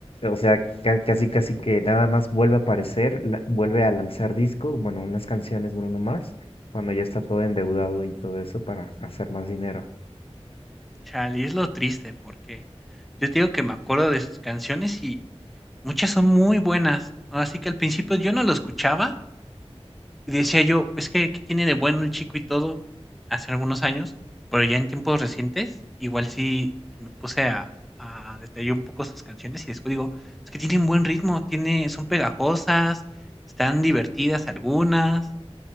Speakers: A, on the left; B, in the centre.
A: O sea, ca- casi casi que nada más vuelve a aparecer, la- vuelve a lanzar disco, bueno, unas canciones Bruno Mars, cuando ya está todo endeudado y todo eso para hacer más dinero.
B: Chale, es lo triste porque yo te digo que me acuerdo de sus canciones y muchas son muy buenas. ¿no? Así que al principio yo no lo escuchaba y decía yo, es que ¿qué tiene de bueno el chico y todo? Hace algunos años, pero ya en tiempos recientes, igual sí me puse a, a detallar un poco sus canciones y después digo, es que tienen buen ritmo, tiene, son pegajosas, están divertidas algunas